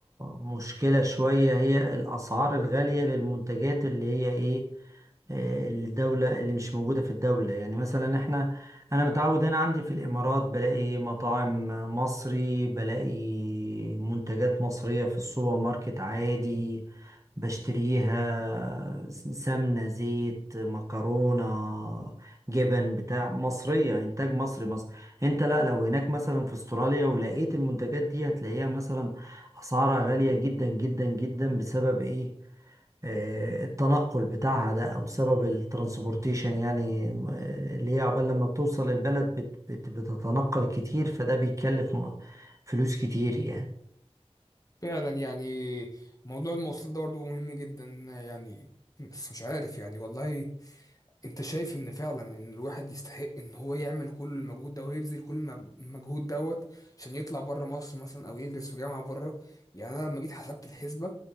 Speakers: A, on the right; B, on the left.
A: مشكلة شوية هي الاسعار الغالية للمنتجات اللي هي ايه آه، الدولة اللي مش موجودة في الدولة يعني مثلا احنا انا متعود هنا عندي في الامارات بلاقي مطاعم مصري بلاقي منتجات مصرية في السوبر ماركت عادي بشتريها س- سمنة زيت مكرونة جبن بتاع مصرية إنتاج مصري مصر أنت لا لو هناك مثلا في أستراليا ولقيت المنتجات دي هتلاقيها مثلا أسعارها غالية جدا جدا جدا بسبب إيه آه، التنقل بتاعها ده أو سبب الترانسبورتيشن يعني آه، اللي هي عقبال لما بتوصل البلد بت بت بتتنقل كتير فده بيتكلف م- فلوس كتير يعني
B: فعلا يعني موضوع المواصلات ده برضه مهم جدا يعني بس مش عارف يعني والله انت شايف ان فعلا ان الواحد يستحق ان هو يعمل كل المجهود ده ويبذل كل المج- المجهود دوت عشان يطلع بره مصر مثلا او يدرس في جامعه بره يعني انا لما جيت حسبت الحسبه